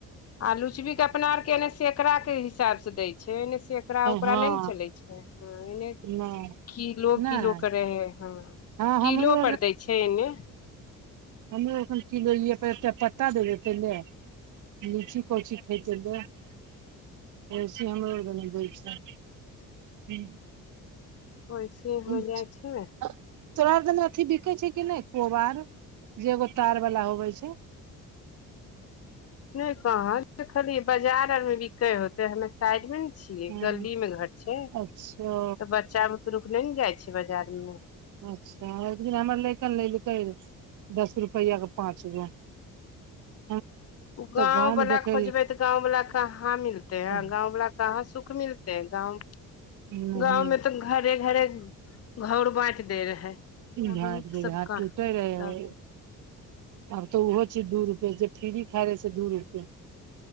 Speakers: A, on the left; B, on the right.
A: आ लुचबी कऽ अपना आरके एने सेकड़ा केँ हिसाब से दै छै एने सेक सैकड़ा ओकरा
B: हँ
A: नै न चलै छै ह एने
B: नहि
A: किलो
B: नहि
A: किलो कऽ रहे है
B: हँ
A: किलो
B: हमरो
A: पर दै छै एने
B: हम एखन किलो पर एकटा पत्ता दै है पहिले <inaudible> लीची को ची हमरा <unintelligible> ही
A: होय छै
B: <unintelligible>
A: ने
B: तोरा दने अथी बिके छै कि नहि कोबार जे एगो तार बाला होवे छै
A: नय कहल देखलियै बाजार आरमे बिकै होतै हमे साइड मे ने छियै
B: हँ
A: गली मे घर छै त
B: अच्छा
A: बच्चा त रुक नय ने जाइ छीये बजार में
B: अच्छा एक दिन हमर लैेकन ल लकै दस रुपैआ के पाँच रुपया <unintelligible>
A: ओ गाँंव
B: गाँव
A: वला
B: मे देखे
A: खोजबै त गाँंव वला कहाँ मिलते ह
B: हँ
A: गाँंव वला कहाँ सुख मिलते गाव
B: नहि
A: गाँंव में त घरे घरे घर बाँटि देै रहे आब
B: भार
A: ओ
B: दूल्हा
A: सब
B: हाथ
A: कहाँ
B: टूटे रहै
A: तब
B: आब त ओहो चीज दू रुपया जे फ्री खाइ रहे से दू रुपया